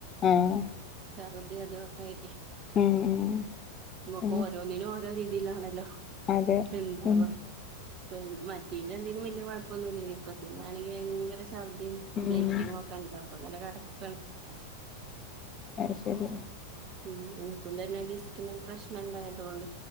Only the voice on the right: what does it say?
ഛർദി അതൊക്കെ ആയിട്ടേ.
നമുക്ക്
ഓരോന്നിനും ഓരോ രീതിയിലാണല്ലോ?
രണ്ടാളും
ഉം മ പിന്നെ എന്തേിനും വല്യ കുഴപ്പൊന്നൂല്ലെന്നു ഇപ്പതീനാണെങ്കി ഭയങ്കര ശർദിയും.
ബ്ലീഡിങ്ങൊക്കെ. കടന്താപ്പ അങ്ങനെ കെടക്കാണ്.
ഉം ൻക്കും തന്നെ ഡിസ്കിന് പ്രശ്നം ഉണ്ടായതോണ്ട്.